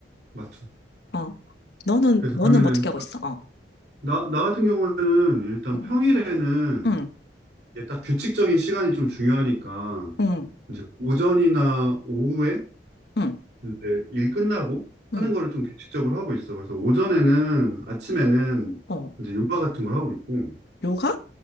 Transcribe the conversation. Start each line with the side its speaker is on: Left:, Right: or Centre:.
Right: 맞죠.
Left: 어. 너는,
Right: 그래서
Left: 너는
Right: 그러면은,
Left: 어떻게 하고 있어? 어.
Right: 나, 나 같은 경우에는 일단
Left: 응,
Right: 평일에는
Left: 응,
Right: 이게 딱 규칙적인 시간이 좀 중요하니까,
Left: 응,
Right: 이제 오전이나 오후에
Left: 응.
Right: 이제 일 끝나고 하는
Left: 응.
Right: 거를 좀 규칙적으로 하고 있어. 그래서 오전에는, 아침에는
Left: 어.
Right: 이제 요가 같은 걸 하고 있고, 음,
Left: 요가?